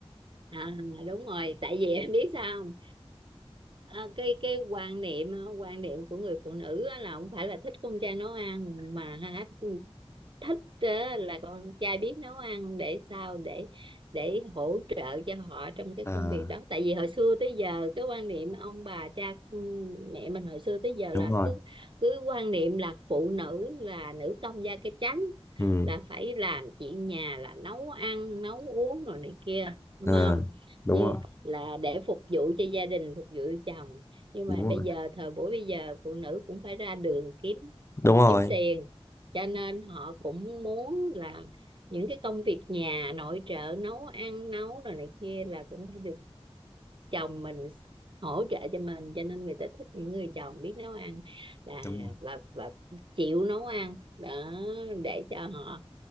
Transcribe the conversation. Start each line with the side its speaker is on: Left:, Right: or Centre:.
Right: à đúng rồi tại vì <laughs> em biết sao không à, cái cái quan niệm à, quan niệm của người phụ nữ á là không phải là thích con trai nấu ăn mà hả thích á, là con trai biết nấu ăn để sao để để hỗ trợ cho họ trong cái
Left: à
Right: công việc đó tại vì hồi xưa tới giờ cái quan niệm ông bà cha ừ, mẹ mình hồi xưa tới giờ
Left: đúng
Right: là
Left: rồi
Right: cứ cứ quan niệm là phụ nữ là nữ công gia cái chánh
Left: ừ
Right: là phải làm chuyện nhà là nấu ăn nấu uống rồi này kia đúng
Left: ờ,
Right: không
Left: đúng
Right: như
Left: rồi
Right: là để phục vụ cho gia đình phục vụ chồng nhưng
Left: đúng
Right: mà bây
Left: rồi
Right: giờ thời buổi bây giờ phụ nữ cũng phải ra đường kiếm
Left: đúng rồi
Right: kiếm tiền cho nên họ cũng muốn là những cái công việc nhà nội trợ nấu ăn nấu rồi này kia là cũng phải được chồng mình hỗ trợ cho mình cho nên người ta thích những người chồng biết nấu ăn là
Left: đúng rồi
Right: và, và chịu nấu ăn đó để cho họ